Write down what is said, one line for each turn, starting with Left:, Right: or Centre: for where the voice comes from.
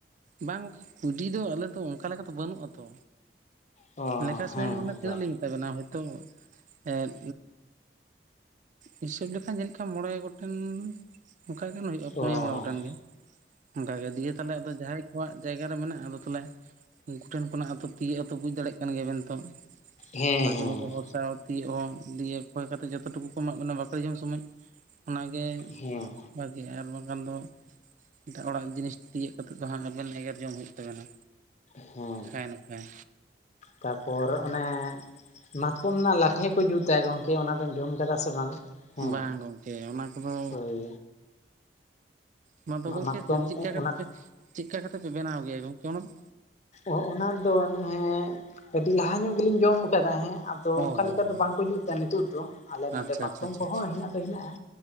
Right: ᱵᱟᱝ ᱜᱚᱝᱠᱮ ᱠᱩᱭᱰᱤ ᱫᱚ ᱟᱞᱮᱫ ᱫᱚ ᱚᱝᱠᱟ ᱞᱮᱠᱟ ᱫᱚ ᱵᱟᱹᱱᱩᱜ ᱟᱛᱚ,
Left: ᱚ
Right: ᱞᱮᱠᱷᱟ ᱥᱩᱢᱩᱱ
Left: ᱦᱮᱸ
Right: ᱢᱟᱱᱮ ᱛᱤᱱᱟᱹᱜ
Left: ᱛᱚ
Right: ᱞᱤᱧ ᱢᱮᱛᱟ ᱵᱮᱱᱟ ᱦᱚᱭᱛᱚ ᱮᱫ ᱦᱤᱥᱟᱹᱵ ᱞᱮᱠᱷᱟᱱ ᱡᱟᱱᱤᱡ ᱠᱷᱟᱱ ᱢᱚᱬᱮ ᱜᱚᱴᱮᱱ ᱚᱱᱠᱟᱜᱟᱱ ᱦᱩᱭᱩᱜᱭ,
Left: ᱚ
Right: ᱯᱩᱱᱭᱟ ᱢᱚᱬᱮ ᱜᱚᱴᱮᱱ ᱜᱮ ᱚᱝᱠᱟᱜᱮ ᱫᱤᱭᱮ ᱛᱟᱦᱚᱞᱮ ᱟᱫᱚ ᱡᱟᱦᱟᱸᱭ, ᱩᱝᱠᱩ-ᱟᱜ ᱡᱟᱭᱜᱟ ᱨᱮ ᱢᱮᱱᱟᱜᱼᱟ ᱟᱫᱚ ᱛᱟᱞᱦᱮ ᱩᱱᱠᱩ ᱴᱷᱮᱱ ᱠᱷᱚᱱᱟᱜ ᱛᱤᱭᱟᱹᱜ ᱟᱛᱚ ᱵᱩᱡᱽ ᱫᱟᱲᱮᱭᱟᱜ ᱠᱟᱱ ᱜᱮᱭᱟ ᱵᱮᱱ ᱛᱚ
Left: ᱦᱮᱸ
Right: ᱵᱷᱟᱜᱮ
Left: ᱦᱮᱸ
Right: ᱵᱷᱟᱜᱮ ᱦᱚᱲ ᱥᱟᱶ ᱛᱤᱭᱳᱜ ᱦᱚᱸ ᱫᱤᱭᱮ ᱠᱷᱚᱭ ᱠᱟᱛᱮᱫ ᱡᱚᱛᱚ ᱴᱩᱠᱩ ᱠᱚ ᱮᱢᱟᱜ ᱵᱤᱱᱟ ᱵᱟᱠᱲᱮ ᱡᱚᱢ ᱥᱩᱢᱟᱹᱡ ᱚᱱᱟᱜᱮ
Left: ᱦᱮᱸ
Right: ᱵᱷᱟᱜᱮ ᱟᱨ ᱵᱟᱝᱠᱷᱟᱱ ᱫᱚ ᱮᱴᱟᱜ ᱚᱲᱟᱜ ᱡᱤᱱᱤᱥ ᱛᱤᱭᱟᱹᱜ ᱠᱟᱛᱮᱫ ᱫᱚ ᱦᱟᱸᱜ ᱟᱵᱮᱱ ᱮᱜᱮᱨ ᱡᱚᱢ ᱦᱩᱭᱩᱜ ᱛᱟᱵᱮᱱᱟ,
Left: ᱦᱩᱸ
Right: ᱱᱟᱠᱷᱟᱭ ᱱᱟᱠᱷᱟᱭ
Left: ᱛᱟᱯᱚᱨ ᱚᱱᱮ ᱢᱟᱛᱠᱚᱢ ᱨᱮᱱᱟᱜ ᱞᱟᱴᱷᱮ, ᱠᱚ ᱡᱩᱛᱟ ᱜᱚᱢᱠᱮ ᱚᱱᱟ ᱫᱚᱢ ᱡᱚᱢ ᱠᱟᱫᱟ ᱥᱮ ᱵᱟᱝ? ᱦᱮᱸ
Right: ᱵᱟᱝ ᱜᱚᱢᱠᱮ ᱚᱱᱟ ᱠᱚ ᱫᱚ,
Left: ᱦᱳᱭ
Right: ᱚᱱᱟ ᱫᱚ ᱜᱚᱢᱠᱮ
Left: ᱢᱟᱛᱠᱚᱢ
Right: ᱪᱮᱫ ᱞᱮᱠᱟ ᱠᱟᱛᱮ
Left: ᱚᱱᱟ
Right: ᱯᱮ ᱪᱮᱫ ᱞᱮᱠᱟ ᱠᱟᱛᱮ ᱯᱮ ᱵᱮᱱᱟᱣ ᱜᱮᱭᱟ ᱜᱚᱢᱠᱮ ᱚᱱᱟ ᱫᱚ
Left: ᱚ ᱚᱱᱟ ᱫᱚ ᱦᱮᱸ ᱟᱹᱰᱤ ᱞᱟᱦᱟ ᱧᱚᱜ ᱜᱤᱞᱤᱧ ᱡᱚᱢ ᱟᱠᱟᱫᱟ ᱦᱮᱸ, ᱛᱚ
Right: ᱚ
Left: ᱚᱱᱠᱟ
Right: ᱦᱚ
Left: ᱞᱮᱠᱟ
Right: ᱦᱚ
Left: ᱫᱚ ᱵᱟᱝᱠᱚ ᱡᱩᱛᱫᱟ ᱱᱤᱛᱳᱜ ᱫᱚ ᱟᱞᱮ ᱱᱚᱰᱮ
Right: ᱟᱪᱪᱷᱟ
Left: ᱢᱟᱛᱠᱚᱢ
Right: ᱟᱪᱪᱷᱟ ᱟᱪᱪᱷᱟ
Left: ᱠᱚᱦᱚᱸ ᱦᱮᱱᱟᱜ ᱫᱚ ᱦᱮᱱᱟᱜᱼᱟ,